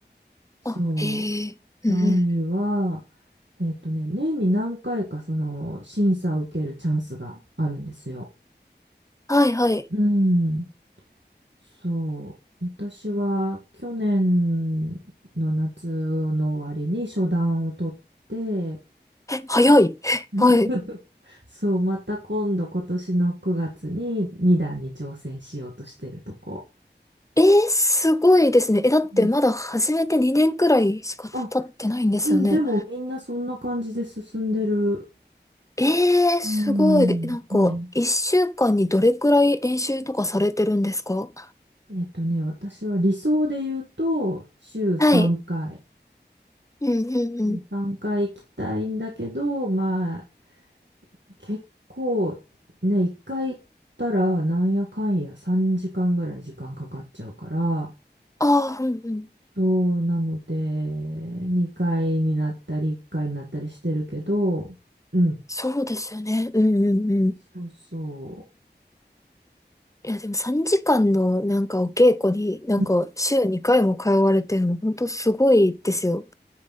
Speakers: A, on the right; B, on the left.
A: そう。
B: あ、へえ、うんうん。
A: 段位は、えっとね、年に何回かその審査を受けるチャンスがあるんですよ。
B: はいはい。
A: うん。そう。私は去年の夏の終わりに初段を取って、
B: え、早い。<laughs> えはい。
A: うんそう、また今度今年の9月に2段に挑戦しようとしてるとこ。
B: えー、すごいですね。え、だってまだ始めて2年くらいしか経ってないんですよね。
A: うんあうん、でもみんなそんな感じで進んでる。
B: えー、すごい。
A: うん、
B: なんか、
A: うん、
B: 1週間にどれくらい練習とかされてるんですか
A: えっとね、私は理想で言うと、週3回。
B: はい。うんうんうん。
A: うん、3回行きたいんだけど、まあ、結構、ね、1回行ったら、なんやかんや3時間ぐらい時間かかっちゃうから、
B: ああ、うんうん。
A: そうなので、2回になったり、1回になったりしてるけど、うん、
B: そうですよね。うんうんうん。
A: そうそ
B: いや、でも3時間のなんかお稽古に、なんか週2回も通われてるの、
A: う。うん
B: 本当すごいですよ。